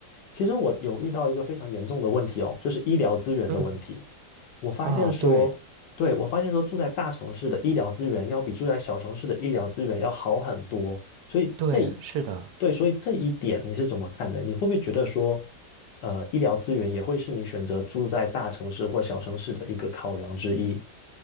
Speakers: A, on the left; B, on the right.
A: 其实我有遇到一个非常严重的问题哦，就是医疗资源的问题。
B: 嗯
A: 我发现说，
B: 啊，对
A: 对，我发现说，住在大城市的医疗资源要比住在小城市的医疗资源要好很多。所以这，
B: 对，是的，
A: 对，所以这一点你是怎么看的？你会不会觉得说，呃，医疗资源也会是你选择住在大城市或小城市的一个考量之一？